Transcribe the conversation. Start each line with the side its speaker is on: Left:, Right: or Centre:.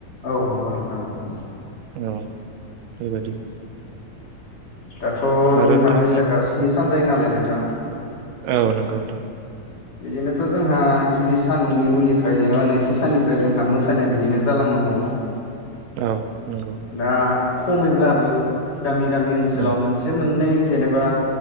Left: औ नंगौ नंथां नंगौ
Right: औ बेबायदि
Left: दाथ
Right: आरो
Left: जोंहा
Right: नोंथां
Left: बैसागो आ स्नि सान जायो नालाय नोंथां
Right: औ नंगौ नोंथां
Left: बिदिनोथ जोंहा गिबि साननि उननिफ्राय जेनेबा नैथि साननिफ्राय जोंहा मोसानाया बिदिनो जालांनो हमो ।
Right: औ नंगौ
Left: दा खमैब्लाबो गामि गामि ओनसोलाव
Right: उम
Left: मोनसे मोननै जेनेबा